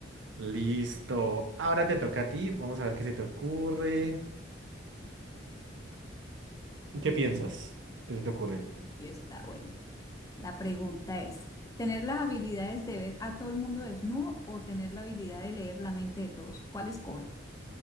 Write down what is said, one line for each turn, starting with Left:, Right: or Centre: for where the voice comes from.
Right: Listo. Ahora te toca a ti. Vamos a ver qué se te ocurre. ¿Qué piensas? ¿Qué se te ocurre?
Left: Aquí está, bueno. La pregunta es, ¿tener las habilidades de ver a todo el mundo desnudo o tener la habilidad de leer la mente de todos? ¿Cuál escoges?